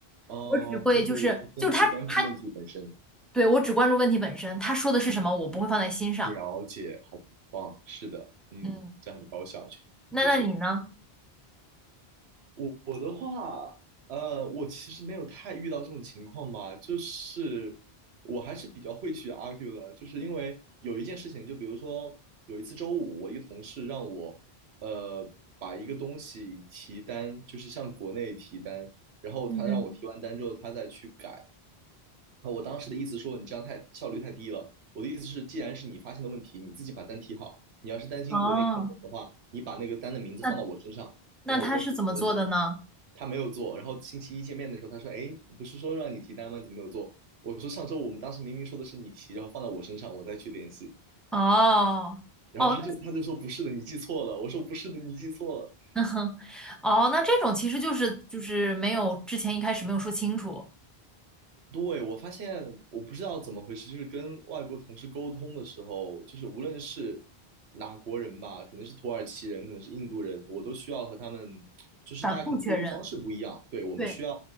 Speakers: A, on the right; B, in the centre.
A: 嗯，呃就是去跟去关注问题本身，
B: 我只会就是就是他他对我只关注问题本身，他说的是什么，我不会放在心上。
A: 了解，好棒，是的，嗯，
B: 嗯，
A: 这样很高效，确确实。
B: 那那你呢？
A: 我我的话，呃，我其实没有太遇到这种情况吧，就是我还是比较会去 argue 的，就是因为有一件事情，就比如说有一次周五，我一个同事让我，呃，把一个东西提单，就是向国内提单，然后他让我提完单之后，
B: 嗯，
A: 他再去改，啊，我当时的意思说你这样太效率太低了。我的意思是，既然是你发现的问题，你自己把单提好。你要是担心国内看不懂的话，
B: 哦，
A: 你把那个单的名字放到我身上，
B: 那那他是怎么做的呢？
A: 然后我再去我再去跟你。他没有做，然后星期一见面的时候，他说：“哎，不是说让你提单吗？你怎么没有做？”我说：“上周我们当时明明说的是你提，然后放到我身上，我再去联系。”
B: 哦。
A: 然后他就他就说：
B: 哦，
A: “不是的，你记错了。”我说：“不是的，你记错了。”
B: 嗯，哦，那这种其实就是就是没有之前一开始没有说清楚，
A: 对，我发现我不知道怎么回事，就是跟外国同事沟通的时候，就是无论是哪国人吧，可能是土耳其人，可能是印度人，我都需要和他们，就是大家可能沟通方式不一样，
B: 反复确认。
A: 对，我们需要
B: 对，